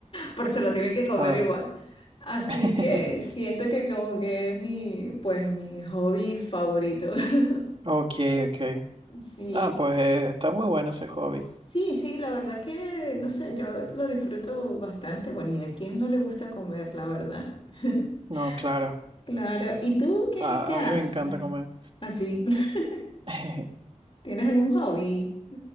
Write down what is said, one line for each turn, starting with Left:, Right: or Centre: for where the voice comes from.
Left: pero se lo tienen que comer
Right: claro.
Left: igual. Así
Right: <laughs>
Left: que siento que como que es mi, pues mi hobby favorito. <laughs>
Right: Ok, ok.
Left: Sí,
Right: Ah, pues eh, está muy bueno ese hobby.
Left: sí, sí, la verdad que, no sé, yo lo disfruto bastante. Bueno, ¿y a quién no le gusta comer, la verdad? <laughs>
Right: No, claro.
Left: Claro. ¿Y tú qué,
Right: A,
Left: qué haces?
Right: a mí me encanta comer.
Left: Así, <laughs>
Right: <laughs>
Left: ¿tienes algún hobby?